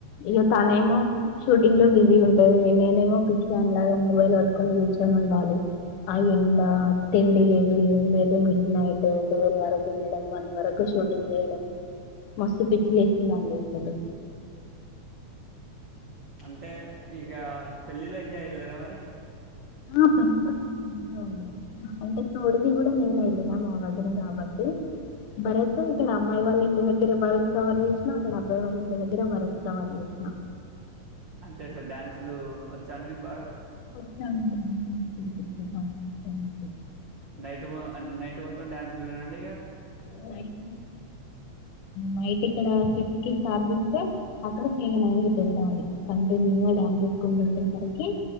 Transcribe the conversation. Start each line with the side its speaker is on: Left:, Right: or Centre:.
Left: ఇక తనమో షూటింగ్ లో బిజీ ఉంటది. నేనేమో పిచ్చిదానిలాగా మొబైల్ పట్టుకొని కూర్చొని ఉండాలి. ఆ ఎండ తిండి లేదు, ఎండ లేదు మ నైటు టువల్ వరకు ఉండడం, వన్ వరకు షూటింగ్ చేయడం. మస్తు పిచ్చిలే ఇలాందెతలె
Right: అంటే ఇక పెళ్ళిలో ఏంజయెగద మరి
Left: ఆ పెళ్ళికొడుకె అండి, అంటే తోడికి కూడా నేను వెళ్ళిన మా వదిన కాబట్టి. భరత్
Right: ఆ
Left: ఇక్కడ అమ్మాయి వాళ్ళు ఇ దగ్గర భరత్ కవర్ చేసిన, అక్కడ అబ్బాయి వాళ్ళ ఇంటి దగ్గర భరత్ కవర్ చేసిన.
Right: అంతే అట్లా డ్యాన్సులు సాండి మీకు బాగా
Left: <inaudible>
Right: నైట్ మో అంటే నైట్ మొత్తం డ్యాన్స్ లేనండి
Left: <inaudible> నైటి ఇక్కడ సిక్స్ కి స్టార్ట్ చేస్తే అక్కడ ఫీన్ అయ్యింది తెళతళాలి కంటిన్యూ గా డ్యాన్స్ ఏసుకుంటూ ఉండేసరికి